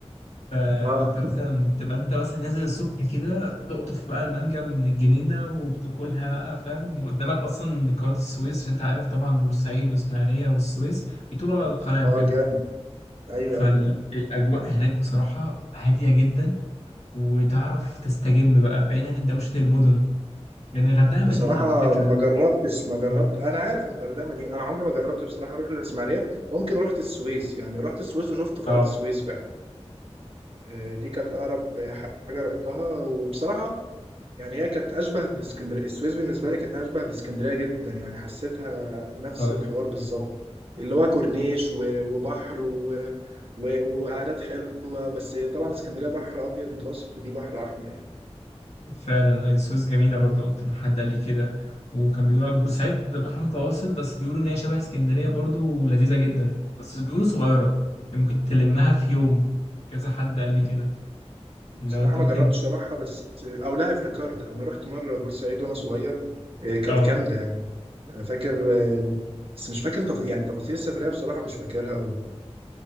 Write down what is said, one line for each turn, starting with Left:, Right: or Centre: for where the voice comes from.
Left: فكنت
Right: اه
Left: مثلا تبقى انت مثلا نازل الصبح كده تقطف بقى المانجا من الجنينه وبتاكلها بقى فاهم وقدامك اصلا قناه السويس اللي انت عارف طبعا بورسعيد واسماعيليه والسويس بيطولوا على القناه
Right: اه
Left: وكده
Right: جامد ايوه
Left: فالاجواء
Right: ايوه أيوة.
Left: هناك بصراحه هاديه جدا وتعرف تستجم بقى بعيد عن دوشه المدن لان يعني الغردقه
Right: بصراحة
Left: مدينه على فكره
Right: ما جربتش ما جربت
Left: اه
Right: أنا عارف إن الغردقة مدينة أنا عمري ما جربت بصراحة أروح للإسماعيلية ممكن رحت السويس يعني رحت السويس وشفت قناة
Left: اه
Right: السويس فعلا آه، دي كانت أقرب حاجة رحتها وبصراحة يعني هي كانت اشبه باسكندريه السويس بالنسبه لي كانت اشبه باسكندريه جدا يعني حسيتها نفس
Left: اه
Right: الحوار بالظبط اللي هو كورنيش و- وبحر و... و... وقعدات حلوه بس طبعا اسكندريه بحر ابيض متوسط ودي بحر احمر يعني
Left: فعلا هي السويس جميلة برضو أكتر من حد قال لي كده وكان بيقول بورسعيد بحر متوسط بس بيقولوا إن هي شبه اسكندرية برضو ولذيذة جدا بس بيقولوا صغيرة يعني ممكن تلمها في يوم كذا حد قال لي كده
Right: بصراحه
Left: لو أنت
Right: ما
Left: ممكن
Right: جربتش صراحه بس او لا افتكرت انا رحت مره بورسعيد وانا صغير إيه، كانت
Left: أه
Right: جامده يعني انا فاكر آه، بس مش فاكر تف... يعني تفاصيل السفريه بصراحه مش فاكرها قوي